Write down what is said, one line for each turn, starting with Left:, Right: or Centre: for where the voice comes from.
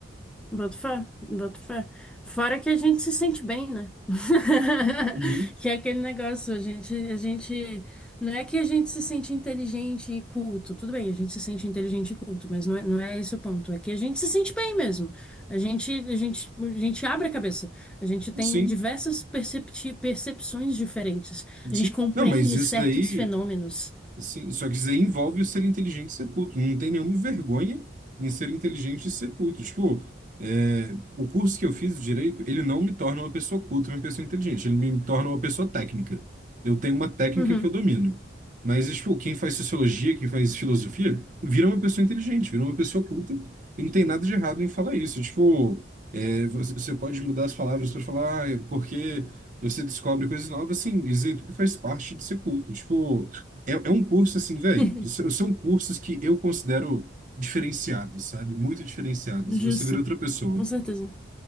Centre: Boto fé, boto fé. Fora que a gente se sente bem, né? <laughs>
Right: Uhum.
Centre: Que é aquele negócio, a gente, a gente, não é que a gente se sente inteligente e culto, tudo bem, a gente se sente inteligente e culto, mas não é, não é esse o ponto, é que a gente se sente bem mesmo. A gente, a gente, a gente abre a cabeça, a gente tem
Right: Sim,
Centre: diversas percepti- percepções diferentes, a
Right: sim.
Centre: gente compreende
Right: Não, mas isso
Centre: certos
Right: daí.
Centre: fenômenos.
Right: Sim, só que isso aí envolve o ser inteligente e ser culto. Não tem nenhuma vergonha em ser inteligente e ser culto. Tipo, é, o curso que eu fiz de direito, ele não me torna uma pessoa culta, uma pessoa inteligente. Ele me torna uma pessoa técnica. Eu tenho uma técnica
Centre: Uhum.
Right: que eu domino. Mas, tipo, quem faz sociologia, quem faz filosofia, vira uma pessoa inteligente, vira uma pessoa culta. E não tem nada de errado em falar isso. Tipo, é, você você pode mudar as palavras para falar, ah, é porque você descobre coisas novas. assim isso aí tudo faz parte de ser culto. Tipo, é, é um curso assim, velho.
Centre: <laughs>
Right: São são cursos que eu considero diferenciados, sabe? Muito diferenciados.
Centre: Justo,
Right: Você vira outra pessoa.
Centre: com certeza.